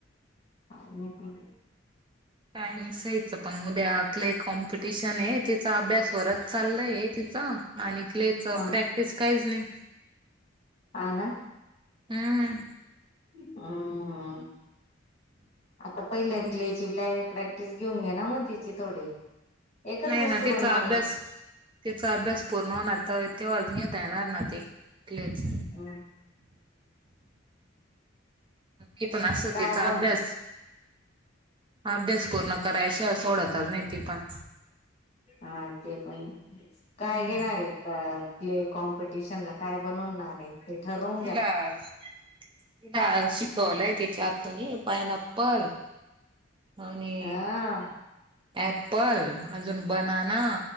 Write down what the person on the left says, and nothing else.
म्हणती?
ह
हा ना.
हम्म हं. आता पहिल्या
क्लेची ब्लॅ प्रॅक्टिस घेऊन घे ना मग तिची थोडी. एकच
वस्तू
बनवायला
हम.
काय
बन
हा ते पण आहे काय
घेणार आहे? अ क्ले कॉम्पिटिशन ला काय बनवणार आहे? ते ठरून
हा